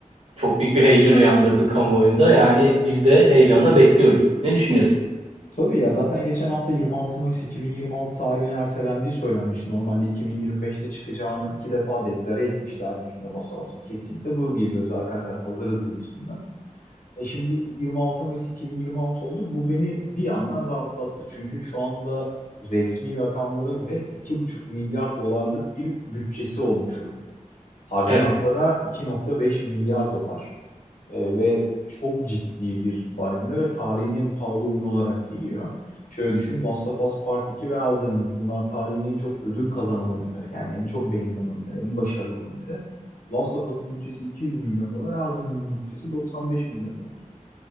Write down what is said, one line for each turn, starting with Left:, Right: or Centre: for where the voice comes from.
Right: çok büyük bir heyecan uyandırdı kamuoyunda. Yani biz de heyecanla bekliyoruz. Ne düşünüyorsun?
Left: Tabii ya zaten geçen hafta 26 Mayıs 2026 tarihine ertelendiği söylenmiş. Normalde 2025'te çıkacağını iki defa deklare etmişlerdi üstüne basa basa. Kesinlikle bu yıl geliyoruz arkadaşlar hazırız gibisinden. E şimdi 26 Mayıs 2026 oldu. Bu beni bir yandan rahatlattı. Çünkü şu anda resmi rakamlara göre iki buçuk milyar dolarlık bir bütçesi olmuş oyun. Harcanan
Right: Evet.
Left: para 2.5 milyar dolar E, ve çok ciddi bir baremde ve tarihin en pahalı oyunu olarak geliyor. Şöyle düşün Last of Us Part 2 ve Elden Ring bunlar tarihin en çok ödül kazanan oyunları. Yani en çok beğenilen oyunları, en başarılı oyunları. Last of Us'ın bütçesi 200 milyon dolar, Elden Ring'in bütçesi 95 milyon dolar.